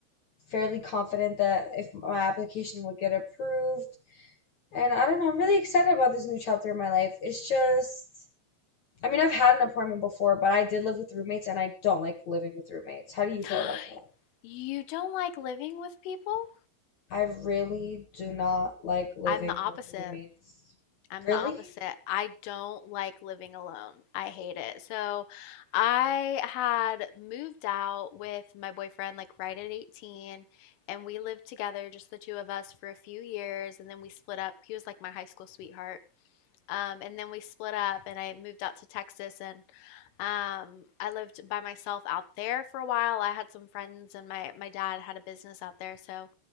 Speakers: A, on the left; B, on the left.
A: fairly confident that if my application would get approved. And I don't know, I'm really excited about this new chapter in my life. It's just, I mean, I've had an apartment before, but I did live with roommates and I don't like living with roommates. How do you
B: <gasps>
A: feel about that?
B: You don't like living with people?
A: I really do not like living
B: I'm the opposite.
A: with roommates.
B: I'm
A: Really?
B: the opposite. I don't like living alone. I hate it. So I had moved out with my boyfriend like right at 18 and we lived together just the two of us for a few years and then we split up. He was like my high school sweetheart. Um, and then we split up, and I moved out to Texas, and um, I lived by myself out there for a while. I had some friends, and my my dad had a business out there, so